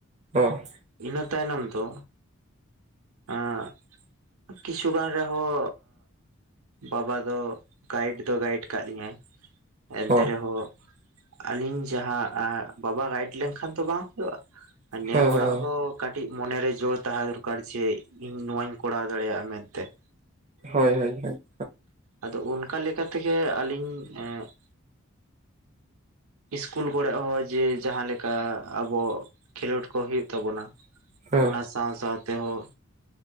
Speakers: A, on the right; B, on the right.
A: ᱦᱚᱸ ᱾
B: ᱤᱱᱟᱹ ᱛᱟᱭᱱᱚᱢ ᱫᱚ ᱮᱸ <inaudible> ᱠᱤᱪᱷᱩᱜᱟᱱ ᱨᱮᱦᱚᱸ ᱵᱟᱵᱟ ᱟᱫᱚ ᱜᱟᱭᱤᱰ ᱫᱚ ᱜᱟᱭᱤᱰ ᱠᱟᱜ ᱞᱤᱧᱟᱭ <inaudible> ᱮᱱᱛᱮ
A: ᱦᱚᱸ
B: ᱨᱮᱦᱚᱸ ᱟᱞᱤᱧ ᱡᱟᱦᱟᱸ ᱵᱟᱵᱟ ᱜᱟᱭᱤᱰ ᱞᱮᱱᱠᱷᱟᱱ ᱛᱚ ᱵᱟᱝ ᱦᱩᱭᱩᱜ-ᱟ ᱾ ᱱᱮ
A: ᱦᱮᱸ
B: ᱦᱚᱲᱟᱜ
A: ᱦᱮᱸ
B: ᱦᱚᱸ ᱠᱟᱹᱴᱤᱡ ᱢᱚᱱᱮᱨᱮ ᱡᱳᱨ ᱛᱟᱦᱮᱸ ᱫᱚᱨᱠᱟᱨ ᱡᱮ ᱤᱧ ᱱᱚᱣᱟᱧ ᱠᱚᱨᱟᱣ ᱫᱟᱲᱮᱭᱟᱜ-ᱟ ᱢᱮᱱᱛᱮ ᱾
A: ᱦᱳᱭ ᱦᱳᱭ ᱦᱳᱭ ᱾
B: ᱟᱫᱚ ᱚᱱᱠᱟ ᱞᱮᱠᱟ ᱛᱮᱜᱮ ᱟᱹᱞᱤᱧ ᱮᱸ <inaudible> ᱤᱥᱠᱩᱞ ᱠᱚᱨᱮ ᱦᱚᱸ ᱡᱮ ᱡᱟᱦᱟᱸ ᱞᱮᱠᱟ ᱟᱵᱚ ᱠᱷᱮᱞᱳᱰ ᱠᱚ ᱦᱳᱭᱳᱜ ᱛᱟᱵᱚᱱᱟ
A: ᱦᱮᱸ
B: ᱚᱱᱟ ᱥᱟᱶ ᱥᱟᱶ ᱛᱮᱦᱚᱸ